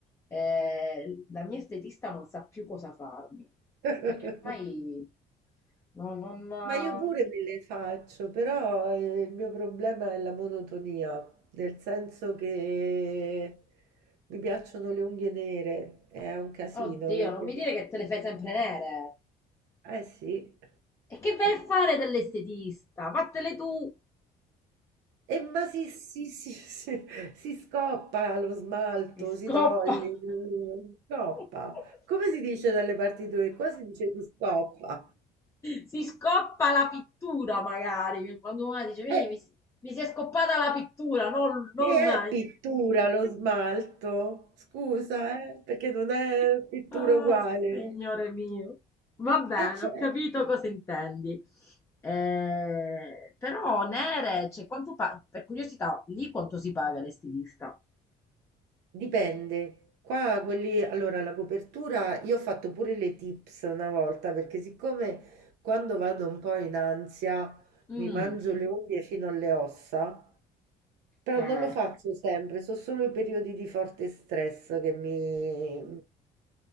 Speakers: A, on the left; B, on the right.
A: Eh, la mia estetista non sa più cosa farmi,
B: <laughs>
A: perché ormai non, non-
B: Ma io pure me le faccio, però eh, il mio problema è la monotonia, nel senso che mi piacciono le unghie nere, è un casino
A: Oddio,
B: perché
A: non mi
B: sono...
A: dire
B: sta-
A: che te le fai sempre nere.
B: Eh sì.
A: E che vai a fare dell'estetista? Fattele tu!
B: E ma si, si, si, si- si scoppa lo smalto,
A: E scoppa!
B: si toglie, si scoppa.
A: <laughs>
B: Come si dice dalle parti tue? Qua si dice si scoppa.
A: Si scoppa la pittura, magari. Quando una dice, mi,
B: E,
A: mi si mi si è scoppata la pittura, non, non...
B: e
A: <laughs>
B: è pittura lo smalto? Scusa, eh, perché non è pittura
A: Oh,
B: uguale.
A: signore mio. Va bene,
B: Eh certo,
A: ho capito cosa intendi. Eh, però, Nere, cioè, quanto pa- per curiosità, lì quanto si paga l'estilista?
B: dipende. Qua quelli, allora la copertura, io ho fatto pure le tips una volta, perché siccome quando vado un po' in ansia
A: Mm,
B: mi mangio le unghie fino alle ossa, Però
A: eh,
B: non lo faccio sempre, sono solo i periodi di forte stress che mi,